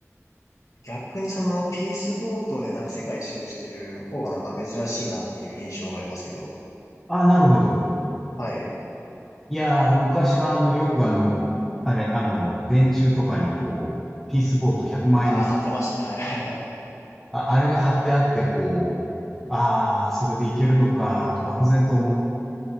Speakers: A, on the left; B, in the centre.
A: 逆にそのピースボートでなんか世界一周してる方がなんか珍しいなっていう印象がありますけど。
B: あ、なるほど。
A: はい。
B: いやー、昔はあの、よくあの、あれ、あの、電柱とかにこう、ピースボート100万円です。
A: ああ、貼ってましたね。はいはいはいはい。
B: あ、あれが貼ってあって、こう、ああ、それでいけるのか、と漠然と思って。